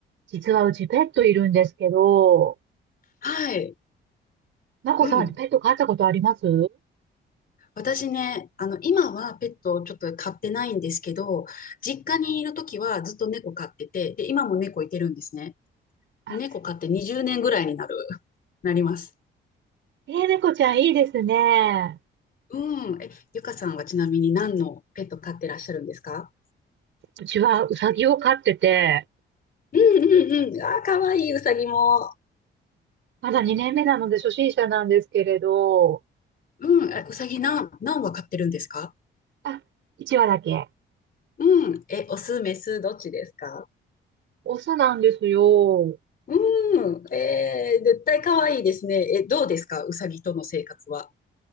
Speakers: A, on the right; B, on the left.
A: 実はうちペットいるんですけど、
B: はい。
A: まこさんペット飼ったことあります
B: うん。私ね、あの、今はペットをちょっと飼ってないんですけど、実家にいるときはずっと猫飼ってて、で、今も猫いてるんですね。
A: あ、
B: 猫飼って20年ぐらいになる、なります。
A: ええ猫ちゃんいいですね。
B: うん。え、ゆかさんはちなみに何のペット飼ってらっしゃるんですか
A: うちはうさぎを飼ってて、
B: <laughs> うんうんうん。あー、かわいい、うさぎも。
A: まだ2年目なので初心者なんですけれど、
B: うん。えうさぎ何、何羽飼ってるんですか
A: あ、1羽だけ。
B: うん。え、オス、メス、どっちですか
A: オスなんですよ。
B: うん。えー、絶対かわいいですね。え、え、どうですかうさぎとの生活は。